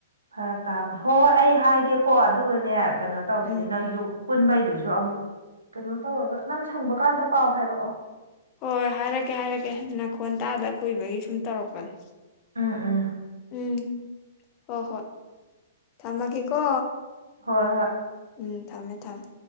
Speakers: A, on the right; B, on the left.
A: ꯐꯔꯛ ꯇꯥꯕꯗꯣ ꯍꯣꯏ ꯍꯣꯏ ꯑꯩ ꯍꯥꯏꯒꯦꯀꯣ ꯑꯗꯨꯒꯅꯦ ꯀꯩꯅꯣ ꯇꯧꯁꯤ
B: ꯎꯝ
A: ꯅꯣꯏꯁꯨ ꯄꯨꯟꯕꯩꯗꯨꯁꯨ ꯑꯃꯨꯛ ꯀꯩꯅꯣ ꯇꯧꯔꯒ ꯅꯪ ꯁꯪꯕ ꯀꯥꯟꯗ ꯄꯥꯎ ꯍꯥꯏꯔꯛꯑꯣ
B: ꯍꯣꯏ ꯍꯣꯏ ꯍꯥꯏꯔꯛꯀꯦ ꯍꯥꯏꯔꯛꯀꯦ ꯅꯥꯈꯣꯟ ꯇꯥꯗ ꯀꯨꯏꯕꯒꯤ ꯁꯨꯝ ꯇꯧꯔꯛꯄꯅꯦ
A: ꯎꯝ ꯎꯝ
B: ꯎꯝ ꯍꯣ ꯍꯣ ꯊꯝꯃꯒꯦ ꯀꯣ
A: ꯍꯣꯏ ꯍꯣꯏ
B: ꯎꯝ ꯊꯝꯃꯦ ꯊꯝꯃꯦ